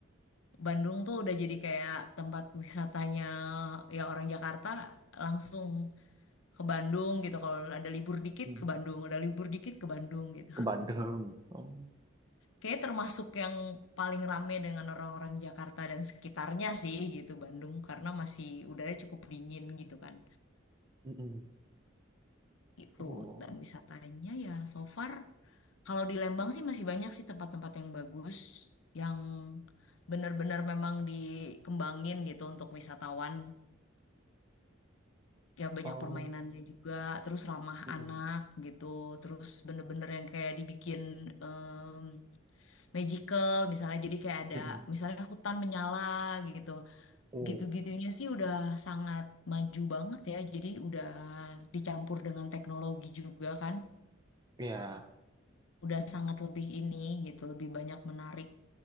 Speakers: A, on the left; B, on the right.
A: Bandung tuh udah jadi kayak tempat wisatanya ya orang Jakarta langsung ke Bandung gitu kalau ada libur dikit
B: Mm.
A: ke Bandung ada libur dikit ke Bandung gitu <laughs>
B: Ke Bandung. Oh.
A: kayak termasuk yang paling rame dengan orang-orang Jakarta dan sekitarnya sih gitu Bandung karena masih udaranya cukup dingin gitu kan
B: Mm-mm.
A: itu
B: Oh.
A: dan wisatanya ya so far kalau di Lembang sih masih banyak sih tempat-tempat yang bagus yang benar-benar memang dikembangin gitu untuk wisatawan ya banyak
B: Oh.
A: permainannya juga terus ramah
B: Mm-mm.
A: anak gitu terus bener-bener yang kayak dibikin em, magical misalnya jadi kayak ada
B: Mm-mm.
A: misalnya hutan menyala gitu
B: Oh.
A: gitu-gitunya sih udah sangat maju banget ya jadi udah dicampur dengan teknologi juga kan
B: Iya.
A: udah sangat lebih ini gitu, lebih banyak menarik